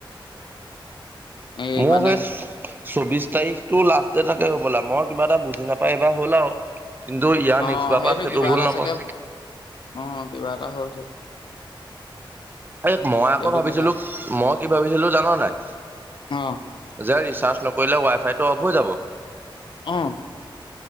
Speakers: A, on the left; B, on the right.
A: এই
B: মোৰ
A: মানে
B: সেই চৌবিশ তাৰিখতটো লাষ্ট ডেট আ হবলা মই কিবা এটা বুজি নাপাই এইবাৰ হ'ল আৰু কিন্তু ইয়াৰ
A: অ
B: নেক্সবাৰপা সেইটো
A: কিবা
B: ভুল
A: এটা
B: নকওঁ
A: চাগে অ কিবা এটা হ'ল চাগে
B: এই মই আকৌ
A: সেইটো
B: ভাবিছিলো
A: কথা
B: মই কি ভাবিছিলো জানা নাই
A: অ
B: যে। চাৰ্জ নকৰিলে ৱাই ফাইটো অফ হৈ যাব
A: আহ